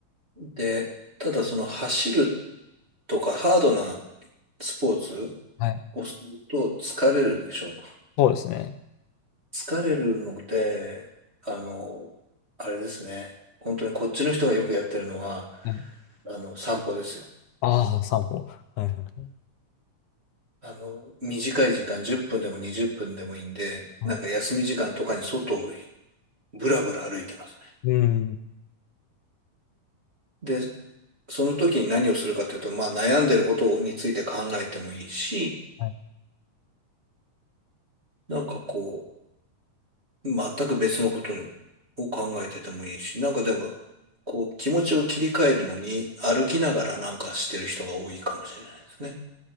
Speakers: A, on the right; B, on the left.
A: で、ただその走るとかハードなスポーツ
B: はい
A: をすると疲れるでしょ。
B: そうですね。
A: 疲れるので、あの、あれですね、本当にこっちの人がよくやってるのは、
B: はい
A: あの、散歩ですよ。
B: ああ、散歩。はいはい。
A: あの、短い時間、10分でも20分でもいいんで、
B: は
A: なんか休み時間とかに外をぶらぶら歩いてますね。
B: いうん。
A: で、その時に何をするかというと、まあ悩んでることについて考えてもいいし、
B: はい
A: なんかこう、全く別のことを考えててもいいし、なんかでも、こう、気持ちを切り替えるのに歩きながらなんかしてる人が多いかもしれないですね。